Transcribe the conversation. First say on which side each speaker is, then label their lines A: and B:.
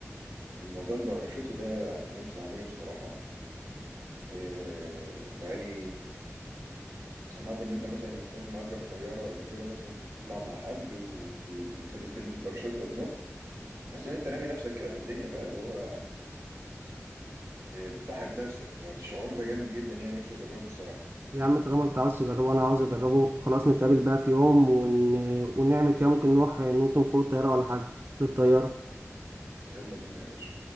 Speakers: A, on the right; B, on the right.
A: الموضوع الباراشوت ده انا نفسي اعمله الصراحه إيه بقالي سمعت ان انت مثلا ما تكون مأجر طياره ولا كده مثلا انت بتطلع مع حد وبيخليك تلبس باراشوت وتنط تحس ان انت رامي نفسك كده في الدنيا بقى اللي هو ب- بتضحي بنفسك فالشعور ده جامد جدا يعني نفسي اجربه الصراحه
B: يا عم طالما انت عاوز تجربه وانا عاوز اجربه خلاص نتقابل بقى في يوم ون... ونعمل كده ممكن نروح نوطن فوق الطياره ولا حاجه للطياره
A: يلا بينا يا باشا